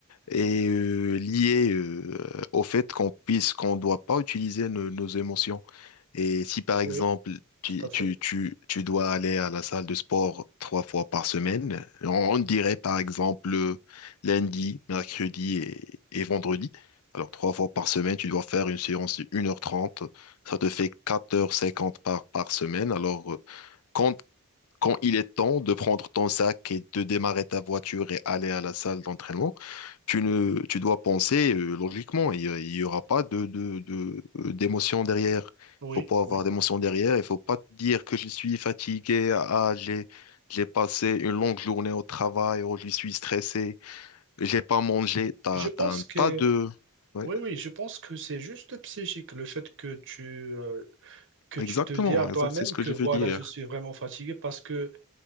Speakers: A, on the left (about 75°); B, on the right (about 55°).
A: et euh, lié euh, au fait qu'on puisse, qu'on doit pas utiliser nos, nos émotions. Et si par exemple
B: Oui,
A: tu,
B: tout à fait.
A: tu, tu, tu dois aller à la salle de sport trois fois par semaine, on, on dirait par exemple euh, lundi, mercredi et, et vendredi. Alors trois fois par semaine, tu dois faire une séance de 1h30. Ça te fait quatre heures cinquante par, par semaine. Alors euh, quand quand il est temps de prendre ton sac et de démarrer ta voiture et aller à la salle d'entraînement, tu ne, tu dois penser euh, logiquement. Il n'y aura pas de, de, de- euh, d'émotion derrière.
B: Oui,
A: Il faut pas avoir
B: oui.
A: d'émotion derrière. Il faut pas te dire que je suis fatigué. Ah, j'ai, j'ai passé une longue journée au travail. Oh, je suis stressé. J'ai pas mangé. T'as,
B: Je pense
A: t'as un
B: que,
A: tas de... Ouais,
B: oui, oui, je pense que c'est juste psychique, le fait que tu, euh, que
A: exactement.
B: tu te dis à toi-même
A: Exact, c'est ce que
B: que
A: je
B: voilà,
A: veux dire.
B: je suis vraiment fatigué parce que